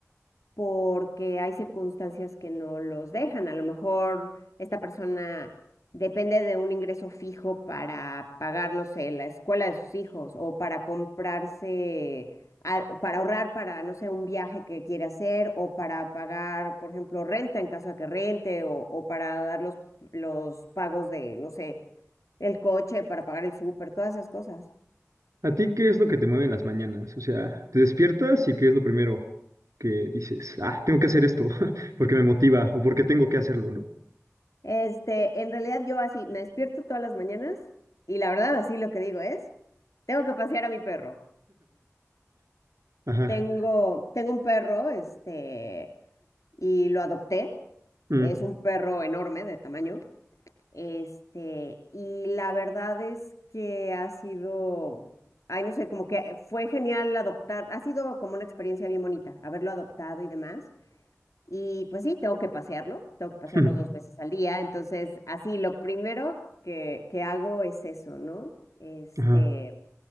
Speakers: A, on the left; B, on the right.
A: porque hay circunstancias que no los dejan. A lo mejor esta persona depende de un ingreso fijo para pagar, no sé, la escuela de sus hijos o para comprarse, al- para ahorrar para, no sé, un viaje que quiere hacer o para pagar, por ejemplo, renta en caso de que rente o, o para dar los, los pagos de, no sé, el coche, para pagar el súper, todas esas cosas.
B: ¿A ti qué es lo que te mueve en las mañanas? O sea, te despiertas y qué es lo primero que dices, ah, tengo que hacer esto <laughs> porque me motiva o porque tengo que hacerlo, ¿no?
A: Este, en realidad yo así me despierto todas las mañanas y la verdad así lo que digo es, tengo que pasear a mi perro.
B: Ajá.
A: Tengo, tengo un perro, este, y lo adopté.
B: mm,
A: Es un perro enorme de tamaño. Este, y la verdad es que ha sido, ay, no sé, como que fue genial adoptar, ha sido como una experiencia bien bonita, haberlo adoptado y demás. Y pues sí, tengo que pasearlo, tengo que pasearlo
B: <laughs>
A: dos veces al día. Entonces, así, lo primero que, que hago es eso, ¿no? Este,
B: Ajá.